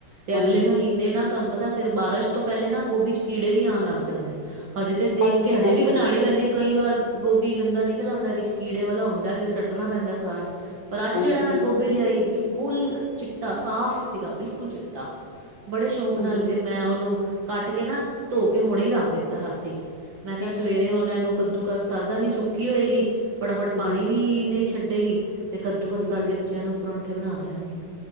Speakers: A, on the right; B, on the left.
A: ਤੇ
B: ਹਾਂਜੀ,
A: ਅਗਲੇ ਮਹੀਨੇਂ ਨਾ ਤੁਹਾਨੂੰ ਪਤਾ ਫੇਰ ਬਾਰਿਸ਼ ਤੋਂ ਪਹਿਲੇ ਨਾ ਗੋਭੀ ਚ ਕੀੜੇ ਵੀ ਆਉਣ ਲੱਗ ਜਾਂਦੇ ਨੇ। ਹਜੇ ਤੇ ਦੇਖ
B: ਹਾਂਜੀ,
A: ਕੇ ਹਜੇ
B: ਹਾਂਜੀ,
A: ਵੀ ਬਣਾਣੀ ਪੈਂਦੀ ਕਈ ਵਾਰ ਗੋਭੀ ਗੰਦਾ ਨਿਕਲ ਆਉਂਦਾ ਵਿੱਚ ਕੀੜੇ ਵਾਲਾ ਹੁੰਦਾ ਫੇਰ ਸੱਟਣਾ ਪੈਂਦਾ ਸਾਰਾ। ਪਰ ਅੱਜ
B: ਹਾਂਜੀ,
A: ਜਿਹੜਾ ਮੈਂ
B: ਹਾਂਜੀ।
A: ਗੋਭੀ ਲਿਆਈ ਬਿਲਕੁਲ ਚਿੱਟਾ ਸਾਫ਼ ਸੀਗਾ ਬਿਲਕੁਲ ਚਿੱਟਾ। ਬੜੇ ਸ਼ੌਕ
B: ਹੂੰ,
A: ਨਾਲ
B: ਹੂੰ
A: ਫਿਰ ਮੈਂ ਉਹਨੂੰ ਕੱਟ ਕੇ ਨਾ ਧੋ ਕੇ, ਹੁਣੇ ਹੀ ਰੱਖ ਦਿੱਤਾ ਰਾਤੀ। ਮੈਂ ਕਿਹਾ
B: ਠੀਕ
A: ਸਵੇਰੇ
B: ਐ।
A: ਉਹਨਾਂ ਨੂੰ ਕੱਦੂ ਕਸ ਕਰ ਦਾਂਗੀ ਸੁੱਕੀ ਹੋਏਗੀ, ਫੱਟਾਫਟ
B: ਹੂੰ,
A: ਪਾਣੀ ਵੀ ਨਈ ਛੱਡੇਗੀ ਤੇ ਕੱਦੂਕਸ
B: ਹਾਂਜੀ
A: ਕਰਕੇ ਬੱਚਿਆਂ ਨੂੰ ਪਰੌਂਠੇ ਬਣਾ ਦਿਆਂਗੀ।